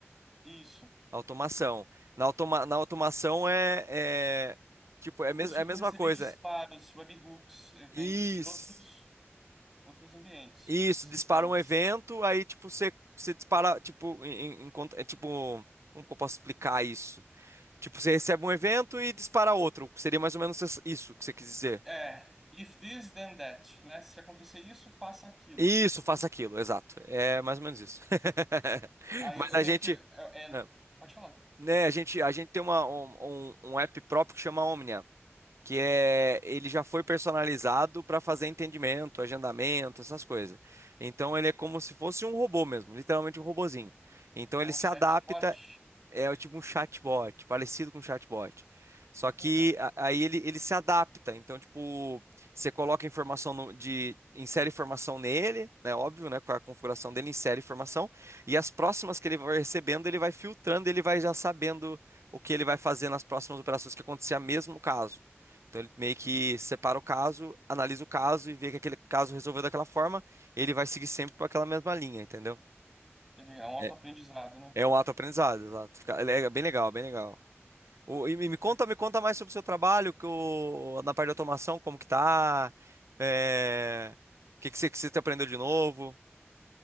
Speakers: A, in the centre; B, on the right.
A: Isso.
B: Automação. Na, automa na automação é, é tipo,
A: Eu
B: é, mes
A: consigo
B: é a mesma
A: receber
B: coisa.
A: disparos, webhooks, eventos
B: Isso.
A: de outros, outros ambientes,
B: Isso,
A: outros sistemas.
B: dispara um evento, aí tipo você você dispara, tipo, em, em- em conta- é, tipo, como que eu posso explicar isso? Tipo, você recebe um evento e dispara outro. Seria mais ou menos es- isso que você quis dizer.
A: É, if this then that, né? Se acontecer isso, faça aquilo.
B: Isso, faça aquilo, exato. É mais ou menos isso. <laughs>
A: Aí
B: Mas
A: eu, eu
B: a
A: meio
B: gente,
A: que. É, é-
B: é,
A: pode falar.
B: né, a gente, a gente tem uma, um, um um app próprio que chama Omnia. que é ele já foi personalizado para fazer entendimento, agendamento, essas coisas. Então ele é como se fosse um robô mesmo, literalmente um robozinho. Então ele
A: É um
B: se
A: chatbot.
B: adapta é tipo um chatbot, parecido com um chatbot. Só que
A: Legal.
B: a- aí ele, ele se adapta. Então, tipo, você coloca informação no- de. Insere informação nele, né? Óbvio, né? Com a configuração dele, insere informação. E as próximas que ele vai recebendo, ele vai filtrando, ele vai já sabendo o que ele vai fazer nas próximas operações que acontecer a mesmo caso. Então ele meio que separa o caso, analisa o caso e vê que aquele caso resolveu daquela forma, ele vai seguir sempre por aquela mesma linha, entendeu?
A: Ele é um autoaprendizado,
B: É,
A: né?
B: é um auto-aprendizado, exato. Fica- É bem legal, bem legal. O- e me me conta,
A: Legal.
B: me conta mais sobre o seu trabalho, que o, na parte de automação, como que tá? É, o que que você, que você aprendeu de novo?